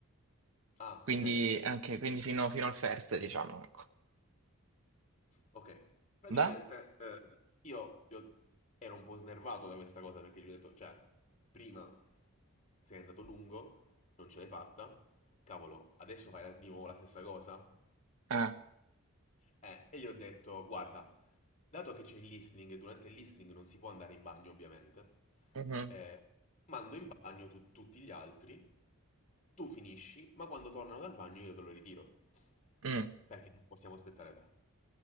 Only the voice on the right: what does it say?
quindi
anche, quindi fino, fino al first, diciamo, ecco.
Da?
Ah,
mhm,
mm.